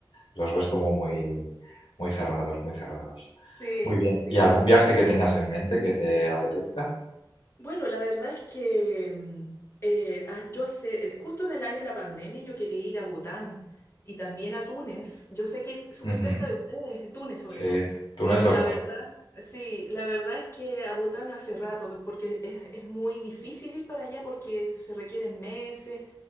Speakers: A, on the left; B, on the left.
A: los ves como muy, muy cerrados, muy cerrados.
B: Sí,
A: Muy bien.
B: sí.
A: ¿Y algún viaje que tengas en mente que te apetezca?
B: Bueno, la verdad es que mm, eh, ah, yo hace, eh, justo en el año de la pandemia yo quería ir a Bután y también a Túnez. Yo sé que es súper
A: Ujú,
B: cerca de ustedes, Túnez sobre
A: Sí,
B: todo,
A: Túnez
B: pero
A: sobre
B: la
A: todo.
B: verdad, sí, la verdad es que a Bután hace rato, porque es, es muy difícil ir para allá porque se requieren meses